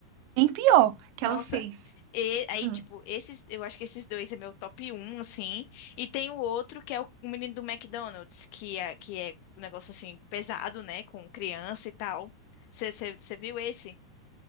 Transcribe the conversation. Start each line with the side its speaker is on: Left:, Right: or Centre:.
Right: bem pior que
Left: Nossa,
Right: ela fez.
Left: e aí,
Right: Hum.
Left: tipo, esses, eu acho que esses dois é meu top um assim. E tem o outro que é o, o menino do McDonald's, que é, que é um negócio assim, pesado, né? Com criança e tal. Você viu esse?